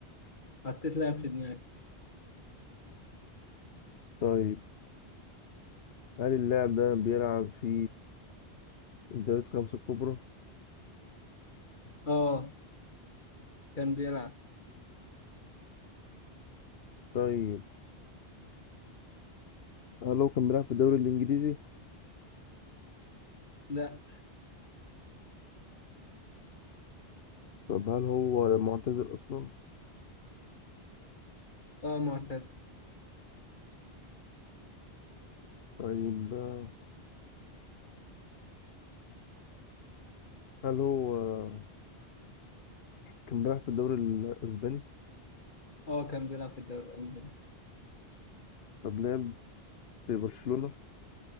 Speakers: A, on the left; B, on the left.
A: حطيت لاعب في دماغي
B: طيب هل اللاعب ده بيلعب في الدوريات الخمسة الكبرى؟
A: اه كان بيلعب
B: طيب هل هو كان بيلعب في الدوري الإنجليزي؟
A: لا
B: طب هل هو معتزل أصلا؟
A: اه معتز
B: طيب آه، هل هو آه، كان بيلعب في الدوري الأسباني؟
A: اه كان بيلعب في الدوري الألماني
B: طب لعب في برشلونة؟